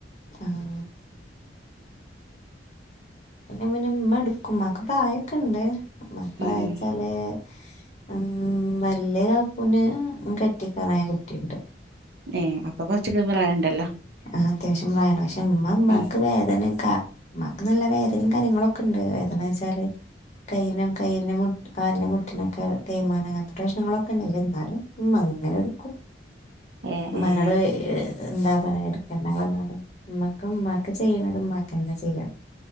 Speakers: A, on the left (about 40°); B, on the right (about 60°).
A: ആ ആ പിന്നെ മ്മ എടുക്കും ഉമാക്ക് പ്രായൊക്കെ ഇണ്ട് മ്മാക്ക് പ്രായച്ചാല്-
B: ഉം ഉം
A: ഉം വല്യ താത്തൂന് കെട്ടിക്കാറായ കുട്ടിയുണ്ട്
B: ഏ അപ്പൊ കൊറച്ചൊക്കെ പ്രായംണ്ടല്ലോ
A: ആ അത്യാവശ്യം പ്രായ പക്ഷെ ഉമ്മ ഉമമാക്ക്
B: ഉം
A: വേദനക്ക ഉമമാക്ക് നല്ല വേദന- കാര്യങ്ങളൊക്കെ ഉണ്ട് വേദന വെച്ചാല് കൈയിലു കാലിന്റെ മുട്ടിനൊക്കെ തേമാനം അങ്ങനത്ത പ്രശ്നങ്ങളൊക്കെന്നെ വരുന്നാലും ഉമ്മ അങ്ങനെ എടുക്കും
B: ഏ
A: ഉമ്മാടെ
B: ഏ
A: എന്താ പറ എടുക്കണ്ട പറഞ്ഞാലും ഉമ്മക്ക് ചെയ്യണത് ഉമ്മക്ക് ചെയ്യണം